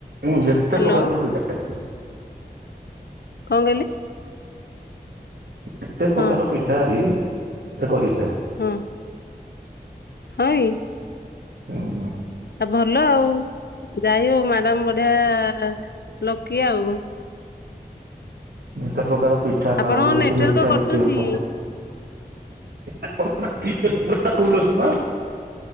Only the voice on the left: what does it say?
ହ୍ୟାଲୋ
କଣ କହିଲେ?
ହଁ
ହଁ। ହଁ କି।
ଆ ଭଲ ଆଉ ଯାଇ ହଉ ମ୍ୟାଡାମ ବଢିଆ। ଲକି ଆଉ।
ଆପଣଙ୍କ
ନେଟୱାର୍କ
କଟୁଛି।